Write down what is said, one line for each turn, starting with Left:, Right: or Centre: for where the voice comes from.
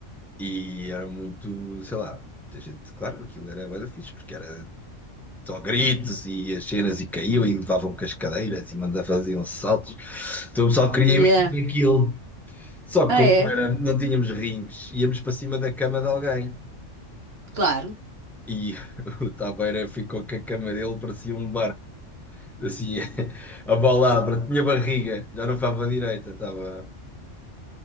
Centre: E era muito, sei lá, a gente, claro, aquilo era bué da fixe, porque era só gritos e as cenas e caiu e levavam com as cadeiras e mandavam faziam saltos. Então o pessoal queria
Right: Yeah.
Centre: imitar aquilo. Só que
Right: Ah,
Centre: como
Right: é?
Centre: não era, não tínhamos rings, íamos para cima da cama de alguém.
Right: Claro.
Centre: E <laughs> o Taveira ficou com a cama dele, parecia um barco, assim, <laughs> a balabra tinha barriga, já não estava direita, estava,